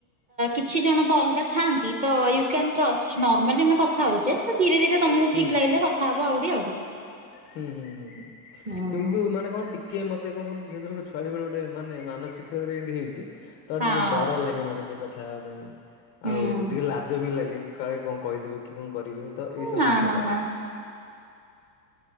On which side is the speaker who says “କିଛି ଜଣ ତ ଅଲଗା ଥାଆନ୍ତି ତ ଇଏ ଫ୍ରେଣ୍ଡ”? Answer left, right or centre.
Right